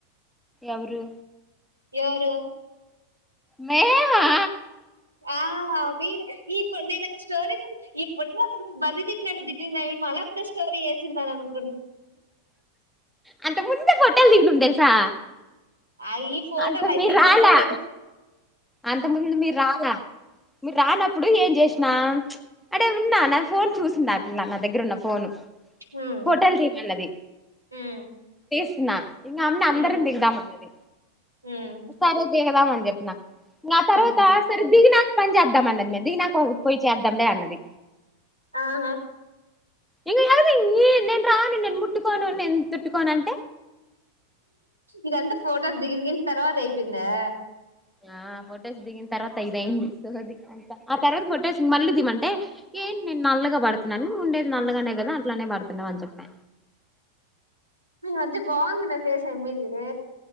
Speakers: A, in the centre; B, on the right (about 80°).
A: ఎవరూ.
B: ఎవరూ.
A: మేహా
B: ఆ మీర్ ఈ <unintelligible> స్టోరీ <unintelligible> <unintelligible> ఇప్పుడే కదా తిట్టింది అది మళ్ళ అప్పుడే స్టోరీ ఏసిందని అనుకున్
A: అంత మున్ దే ఫోటోల్ దిగినం తెలుసా.
B: అ ఈ ఫోటోల్
A: అంత
B: అయి
A: మీరు
B: దిగిందే
A: రాలా
B: <unintelligible> కీ
A: అంత ముందుండి మీర్ రాలా. మీరు రానప్పుడు ఏం చేశినా, ప్చ్ అటే ఉన్నా నా ఫోన్ చూసిందా పిల్ల. నా దగ్గర ఉన్న ఫోను.
B: ఉమ్
A: హోటల్ టీమ్ అన్నది
B: ఉమ్.
A: ఇ నా ఇ అమ్ను అందరం
B: హ్మ్
A: దిగదా అన్నది
B: హ్మ్
A: సరే దేహ <unintelligible> చెప్పనా నా తర్వాత
B: హ్మ్.
A: సర దీగినా గా చెపుదాం అన్నది దిగిన ఓక్ పోయి చేద్దం లే అన్నది
B: ఆహా
A: ఇంక ఎ నేను రాను నేను ముట్టుకోను నేను తుట్టుకోను అంటే
B: ఇదంతా ఫొటోస్ దిరిగిన తర్వాత అయిపోయిందా
A: ఆ ఫొటోస్ దిగిన తర్వాత ఇదయింది, సు ఆ తర్వాత ఫొటోస్ మళ్ళీ దిమంటే ఏంటి నేను నల్లగా పడుతున్నాను ఉండేది నల్లగానే కదా అట్లానే పడుతున్నామ అని చెప్పా
B: మే ఈ మధ్య బాగుంది మే ఫేస్ అమ్మీ నీది